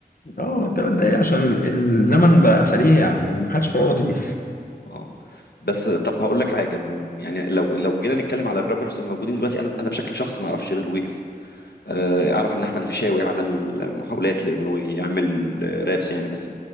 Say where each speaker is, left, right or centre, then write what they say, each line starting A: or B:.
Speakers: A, on the left (about 60°); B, on the left (about 80°).
A: اه تلات دقايق عشان ال- الزمن بقى سريع ومحدش فاضي
B: اه بس طب هقول لك حاجه م، يعني لو لو جينا نتكلم على الرابرز الموجودين دلوقتي انا انا بشكل شخصي ما اعرفش غير ويجز آه، اعرف ان احمد الفيشاوي عمل محاولات لانه يعمل آه، رابس يعني بس